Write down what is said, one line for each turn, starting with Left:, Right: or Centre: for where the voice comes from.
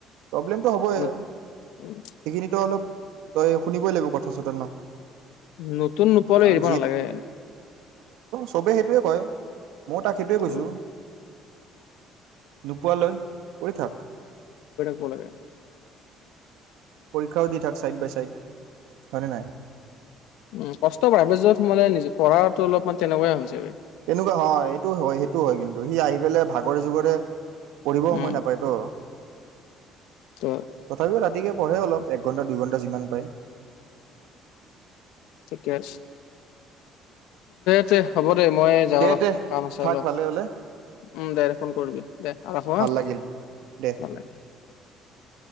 Right: প্ৰব্লেমটো হ'বই
Left: নতুন
Right: আৰু সেইখিনিতো
Left: উম,
Right: অলপ তই শুনিবই লাগিব কথা ন!
Left: উম তোৰ নোপোৱালৈ
Right: কাৰণ
Left: এৰিব নালাগে
Right: চবে সেইটোৱে কয় মই তাক সেইটোৱে কৈছোঁ
Left: উম,
Right: নোপোৱালৈ কৰি থাক
Left: কলাগে
Right: পৰীক্ষাও দি থাক চাইডবাই চ কাৰনে নাই
Left: উম কষ্ট পায় য'ত মানে নিজ পঢ়াতটো অলপমান তেনেকুৱাই হৈছে
Right: তেনেকুৱা হয় এইটো হয় সেইটো হয় কিন্তু সি আহি পেলাই ভাগৰে যুগৰে পঢ়িব সময়
Left: উম,
Right: নাপায়তো
Left: ত'
Right: তথাপিও ৰাতিকে পঢ়ে অলপ ঘণ্টা দুইঘণ্টা যিমান পাৰে
Left: ঠিকেছে তে <unintelligible> মই যাওঁ
Right: দে
Left: ৰ
Right: দে
Left: কাম আছে
Right: থাক
Left: অলপ
Right: ভালে হ'লে
Left: উম দে ফোন কৰবি দে ।ৰাখো হা
Right: ভাল
Left: ।
Right: লাগিল দে
Left: <inaudible>